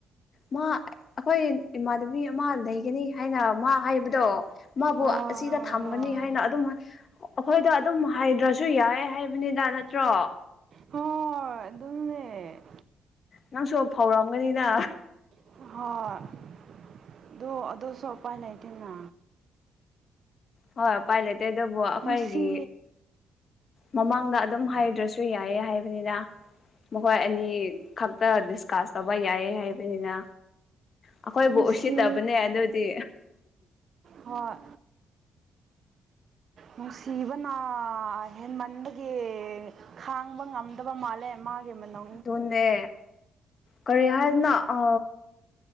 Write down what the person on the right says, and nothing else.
ꯍꯣꯏ
ꯍꯣꯏ ꯍꯣꯏ
ꯍꯣꯏ ꯑꯗꯨꯅꯦ
ꯍꯣꯏ ꯑꯗꯣ ꯑꯗꯨꯁꯨ ꯎꯄꯥꯏ ꯂꯩꯇꯦꯅ
ꯅꯨꯡꯁꯤ
ꯅꯨꯡꯁꯤ
ꯍꯣꯏ ꯅꯨꯡꯁꯤꯕꯅ ꯍꯦꯟꯃꯟꯕꯒꯤ ꯈꯥꯡꯕ ꯉꯝ ꯑ ꯃꯥꯂꯦ ꯃꯥꯒꯤ ꯃꯅꯣ